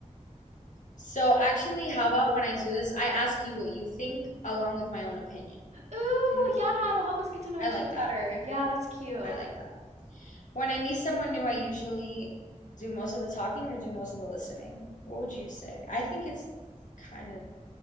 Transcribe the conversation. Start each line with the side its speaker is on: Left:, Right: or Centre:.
Left: So actually, how about when I do this, I ask you what you think along with my own opinion.
Right: Ooh,
Left: Didn't
Right: yeah, it'll help us get to know
Left: I
Right: each
Left: like
Right: other
Left: that?
Right: better. Yeah, that's cute.
Left: I like that. When I meet someone new, I usually do most of the talking or do most of the listening. What would you say? I think it's kind of